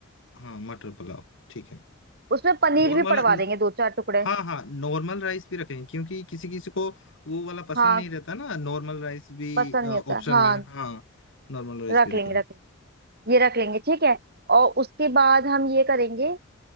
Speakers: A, on the left (about 60°); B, on the right (about 50°).
A: हाँ मटर पुलाव ठीक है
B: उसमें पनीर
A: नॉर्मल
B: भी पड़वा देंगे दो चार टुकड़े
A: हाँ हाँ नॉर्मल राइस भी रखेंगे क्योंकि किसी किसी को वो वाला पसंद
B: हाँ
A: नहीं रहता ना नॉर्मल राइस भी
B: पसंद नहीं
A: ऑप्शन
B: होता हाँ
A: में हाँ नॉर्मल राइस
B: रख
A: भी
B: लेंगे
A: रखेंगे
B: रख ये रख लेंगे ठीक है और उसके बाद हम ये करेंगे